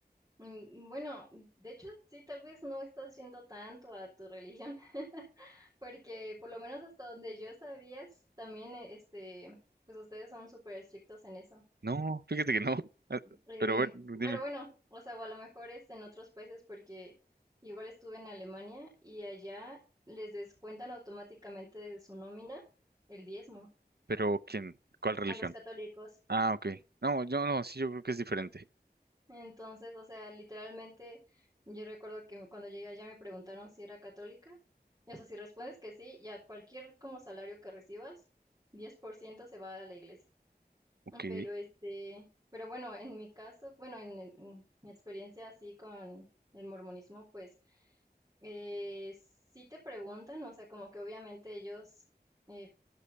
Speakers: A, on the right; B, on the right.
A: Mm, Bueno, de hecho, sí, tal vez no estás yendo tanto a tu religión, <laughs> porque por lo menos hasta donde yo sabías, también, eh, este, pues ustedes son súper estrictos en eso.
B: No, fíjate que no. Ah,
A: Eh,
B: Pero, a ver, dime,
A: pero bueno, o sea, o a lo mejor es en otros países porque igual estuve en Alemania y allá les descuentan automáticamente de su nómina el diezmo
B: ¿pero quién? ¿Cuál religión?
A: a los católicos.
B: Ah, ok. No, yo no, sí, yo creo que es diferente.
A: Entonces, o sea, literalmente yo recuerdo que cuando llegué allá me preguntaron si era católica. Y o sea, si respondes que sí, ya cualquier como salario que recibas, 10% se va a la iglesia.
B: Ok.
A: Pero este, pero bueno, en mi caso, bueno, en en mi experiencia así con el mormonismo, pues Eh, sí te preguntan, o sea, como que obviamente ellos eh,